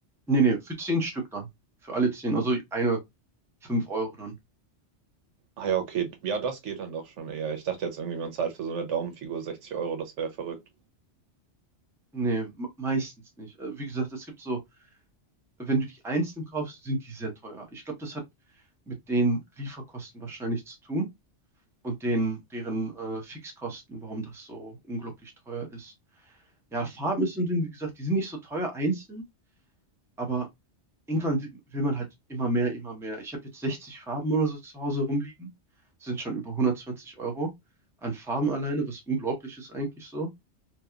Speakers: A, in the centre; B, on the right.
A: Nee, nee, für zehn Stück dann. Für alle zehn. Also eine fünf Euro dann.
B: Ah ja, okay. Ja, das geht dann doch schon eher. Ich dachte jetzt irgendwie, man zahlt für so eine Daumenfigur 60 Euro. Das wäre verrückt.
A: Nee, me- meistens nicht. Äh, Wie gesagt, es gibt so, wenn du die einzeln kaufst, sind die sehr teuer. Ich glaube, das hat mit den Lieferkosten wahrscheinlich zu tun und den, deren äh, Fixkosten, warum das so unglaublich teuer ist. Ja, Farben sind, wie gesagt, die sind nicht so teuer einzeln, Aber irgendwann wi- will man halt immer mehr, immer mehr. Ich habe jetzt 60 Farben oder so zu Hause rumliegen. Sind schon über 120 Euro an Farben alleine, was unglaublich ist eigentlich so.